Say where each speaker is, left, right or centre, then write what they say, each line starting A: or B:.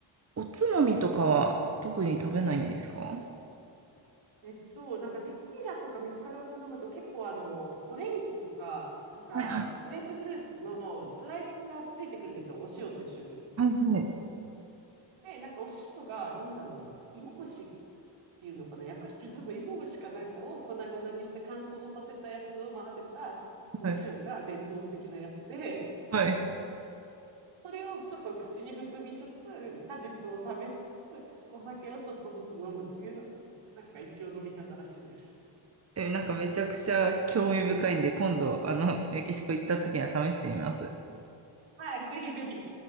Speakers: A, on the right; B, on the right.
A: おつまみとかは特に食べないんですか
B: えっと、なんかテキーラとかメスカルを頼むと結構あの、オレンジとか、なんか、
A: はいはい
B: グレープフルーツのスライスがついてくるんですよ。お塩と一緒に。
A: はい <laughs>
B: で、なんかお塩が、なんだろうな、芋虫ていうのかな、訳して多分芋虫かなんかを粉々にした乾燥させたやつを混ぜたお塩が伝統的なやつで、
A: はい。はい。
B: それをちょっと口に含みつつ、果実を食べつつ、お酒をちょっとずつ飲むっていうのが、なんか一応飲み方らしいです。
A: え、なんかめちゃくちゃ興味深いんで、今度、あの、メキシコ行った時には試してみます。
B: はい、ぜひぜひ。